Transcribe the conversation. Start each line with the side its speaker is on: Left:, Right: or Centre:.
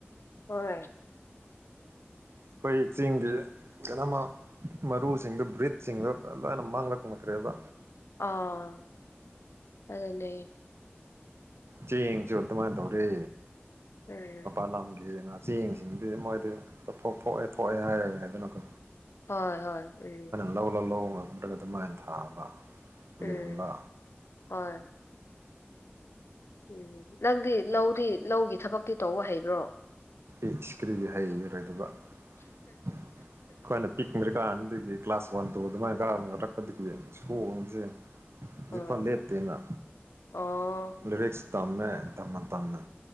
Left: ꯍꯣꯏ꯫
Right: ꯑꯩꯈꯣꯏ ꯆꯤꯡꯒꯤ ꯅꯃ ꯃꯔꯨꯁꯤꯡꯗ ꯕ꯭ꯔꯤꯖꯁꯤꯡꯗ ꯂꯣꯏꯅ ꯃꯥꯡꯂꯛꯅꯈ꯭ꯔꯦꯗ
Left: ꯑꯥ ꯑꯗꯨꯗꯅꯦ
Right: ꯆꯦꯡꯁꯨ ꯑꯗꯨꯃꯥꯏꯅ ꯇꯧꯔꯦ
Left: ꯎꯝ
Right: ꯃꯄꯥꯥꯟ ꯂꯝꯒꯦꯅ ꯆꯦꯡꯁꯤꯡꯗꯤ ꯃꯣꯏꯗꯤ ꯇꯞꯊꯣꯛ ꯊꯣꯛꯑꯦ ꯊꯣꯛꯑꯦ ꯍꯥꯏꯔꯦ ꯍꯥꯏꯗꯅꯀꯣ
Left: ꯍꯣꯏ ꯍꯣꯏ ꯎꯝ
Right: ꯂꯧ ꯂꯧ ꯂ ꯉꯗ꯭ꯔꯒ ꯑꯗꯨ ꯃꯥꯏꯅ ꯊꯥꯕ
Left: ꯎꯝ
Right: ꯂꯤꯡꯕ
Left: ꯍꯣꯏ ꯎꯝ ꯅꯪꯗꯤ ꯂꯧꯗꯤ ꯂꯧꯒꯤ ꯊꯕꯛꯇꯤ ꯇꯧꯕ ꯍꯩꯕ꯭ꯔꯣ
Right: ꯏꯁꯀ꯭ꯔꯤꯒꯤ ꯍꯩꯔꯣꯏꯗꯕ ꯑꯩꯈꯣꯏꯅ ꯄꯤꯛꯈ꯭ꯔꯀꯥꯟꯗꯨꯒꯤ ꯀ꯭ꯂꯥꯁ ꯐꯣꯟ ꯇꯣ ꯑꯗꯨꯃꯥꯏꯅꯒꯥꯔ ꯉꯂꯛꯄꯗꯒꯤ ꯁꯣꯡꯁꯦ
Left: ꯎꯝ
Right: ꯖꯤꯄꯥ ꯂꯦꯞꯇꯦꯅ
Left: ꯑꯣ
Right: ꯂꯔꯤꯛꯁ ꯇꯝꯃꯦ ꯇꯝꯃ ꯇꯝꯃꯦ